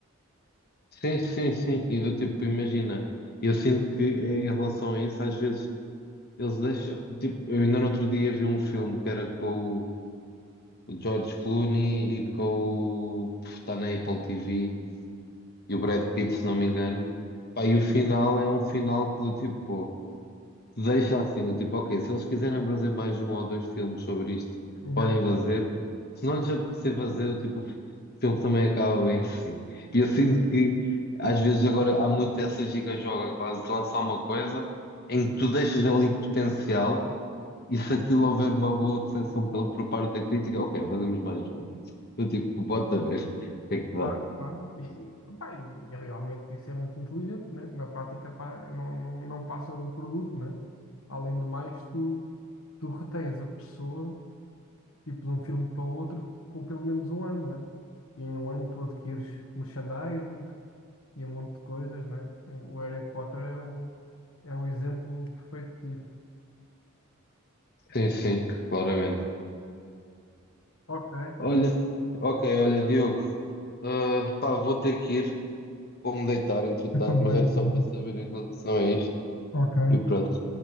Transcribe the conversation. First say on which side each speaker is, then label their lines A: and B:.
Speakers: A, on the left; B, on the left.
A: Sim, sim, sim. E do tipo, imagina, eu sinto que em relação a isso, às vezes eles deixam. Tipo, eu ainda no outro dia vi um filme que era com o o George Clooney e com o. pff, Está na Apple TV e o Brad Pitt, se não me engano. Pá, e o final é um final que do tipo deixa assim, do tipo, ok, se eles quiserem fazer mais um ou dois filmes sobre isto,
B: Já,
A: podem fazer. Se não lhes apetecer fazer, o tipo, o filme também acaba bem assim. E eu sinto que às vezes agora há muito essa giga-joga quase de lançar uma coisa em que tu deixas ali potencial e se aquilo houver uma boa recepção pela- por parte da crítica, ok, fazemos mais um. Do tipo, bota ver <laughs> o que é que dá.
B: Claro, claro. E, e, pá, e- e realmente isso é muito inteligente, né? Na prática, pá, não, não, não passa de um produto, né? Além do mais, tu, tu retens a pessoa, tipo, de um filme para o outro, com pelo menos um ano, né? E em um ano tu adquires merchandising e um monte de coisas, né? O Harry Potter é o, é o exemplo perfeito disso.
A: Sim, sim, claramente.
B: Ok.
A: Olha, ok, olha, Diogo, ah, pá, vou ter que ir. Vou-me deitar, entretanto,
B: Eu também,
A: mas era
B: eu
A: só
B: também.
A: para saber em relação a isto.
B: Ok.
A: E pronto.